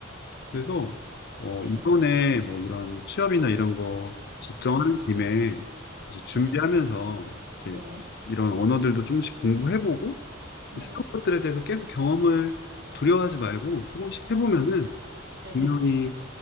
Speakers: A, on the left (about 55°); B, on the right (about 50°).
A: 그래서 어,
B: 네네.
A: 이번에 뭐 이런 취업이나 이런 거 걱정하는
B: 네네.
A: 김에 이제 준비하면서
B: 네네.
A: 이렇게
B: 네.
A: 이런 언어들도 조금씩 공부해보고
B: 네네.
A: 새로운 것들에 대해서 계속 경험을 두려워하지 말고 조금씩 해보면은
B: 네네. 네네.
A: 분명히